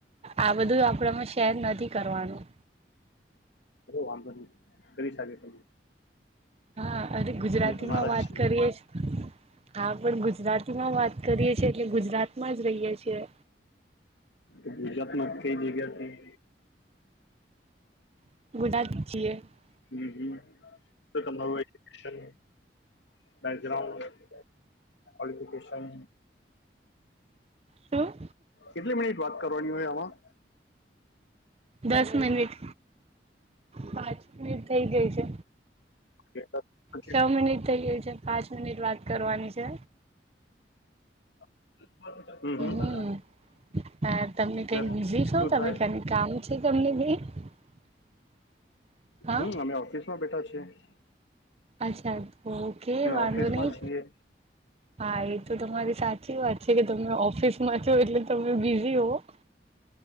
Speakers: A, on the right; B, on the left.
A: આ બધું આપડામાં શેર નથી કરવાનું.
B: વાંધો નહી <unintelligible>
A: હા. અરે ગુજરાતીમાં
B: અમે તમારા
A: વાત
B: જ છીએ
A: કરીએ જ. હા પણ ગુજ રાતી માં વાત કરીએ. છે એટલે ગુજરાત માં જ રહીએ છીએ.
B: તો કઈ જગ્યાથી.
A: <unintelligible>
B: હમ્મ હમ્મ તો તમારું. <unintelligible> બેગ્રાઉન્ડ. કોલીફીકેશન.
A: શું
B: કેટલી મિનિટ વાત કરવાની હોય આમાં?
A: દસ મિનિટ પાંચ મિનિટ થઈ ગઈ છે
B: કે દસ પચીસ?
A: છ મિનિટ થઈ ગઈ છે પાંચ મિનિટ વાત કરવાની છે.
B: <inaudible> હમ્મ
A: હમ
B: હમ્મ
A: હા તમે
B: <unintelligible>
A: કઈ બીઝી છો
B: શું
A: તમે
B: થાય.
A: કઈ <unintelligible> હા
B: હમ્મ અમે ઓફિસ માં બેઠા છે. છે.
A: અચ્છા ઓકે વાંધો
B: ઓફિસમાં
A: નહી
B: છીએ
A: હા એ તો તમારી સાચી વાત છે કે તમને ઓફિસ માં છો એટલે તમે બિઝી હોવ.